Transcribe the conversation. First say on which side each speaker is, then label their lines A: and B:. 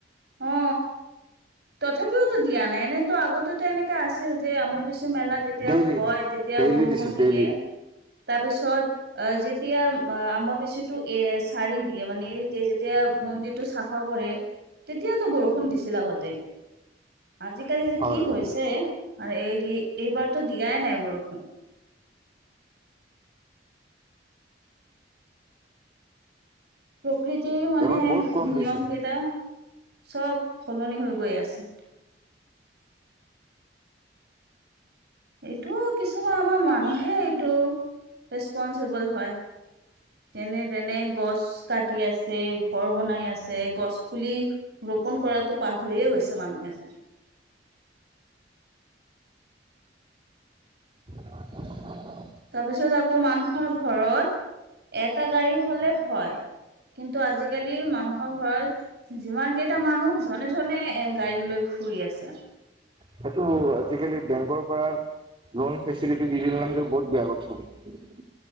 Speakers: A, on the right; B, on the right.
A: অ 'তথাপিওতো দিয়া নাই এনেতো আগতেতো এনে এটা আছিল যে অম্বুবাচী মেলা যেতিয়া
B: ডেইলি
A: হয় তেতিয়া
B: ডেইলি
A: বৰষুণ
B: দিছে
A: দিয়ে
B: ডেইলি
A: তাৰপিছত আ যেতিয়া আ অম্বুবাচীটো এ সাৰি দিয়ে মানে এৰি দিয়ে যেতিয়া মন্দিৰটো চাফা কৰে তেতিয়াতো বৰষুণ দিছিল আগতে আজিকালি যে
B: হয়
A: কি হৈছে আৰু এৰি এইবাৰতো দিয়াই নাই বৰষুণ প্ৰকৃতিৰ মানে
B: এইবাৰ বহুত কম
A: নিয়ম
B: দিছে
A: কেইটা চব সলনি হৈ গৈ আছে এইটো কিছুমান আমাৰ মানুহে এইটো ৰেচপনচিবল হয়! তেনে তেনে গছ কাটি আছে, ঘৰ বনাই আছে, গছ পুলি ৰোপন কৰাটো পাহৰিয়ে গৈছে মানুহে যেন
B: <unintelligible>
A: তাৰ পিছত আকৌ মানুহৰ ঘৰত এটা গাড়ী হলে হয়! কিন্তু, আজিকালি মানুহৰ ঘৰত যিমান কেইটা মানুহ মানুহজনে এ গাড়ী লৈ ঘুৰি আছে
B: সেইটো আজিকালি বেংকৰ পৰা লোন ফেচিলিটি দি দিলে নহয় সেইটো বহুত বেয়া কথা!